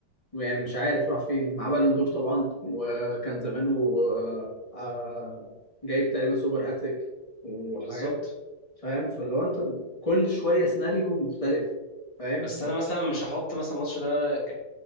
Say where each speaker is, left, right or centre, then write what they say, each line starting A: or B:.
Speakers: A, on the left (about 20°); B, on the left (about 80°).
A: يعني مش عارف راح فين مع بالون دور طبعا وكان زمانه آه، آه، جايب تقريبا سوبر هاتريك وحاجات
B: بالظبط
A: فاهم فاللي هو انت كل شويه سيناريو مختلف فاهم
B: بس انا مثلا مش هحط مثلا الماتش ده ك